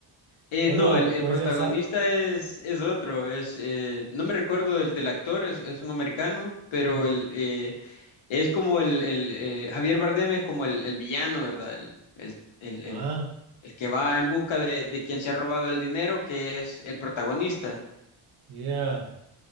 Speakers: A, on the left (about 85°); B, on the right (about 55°).
A: Eh,
B: ¿O
A: no,
B: no?
A: el, el
B: ¿O
A: protagonista
B: es el salvo?
A: es, es otro, es, eh, no me recuerdo del, del actor, es, es un americano, pero
B: Sí.
A: el, eh, es como el, el, eh, Javier Bardem es como el, el villano, ¿verdad? El, el, el, el,
B: Ah,
A: el que va en busca de, de quien se ha robado el dinero, que es el protagonista.
B: ya.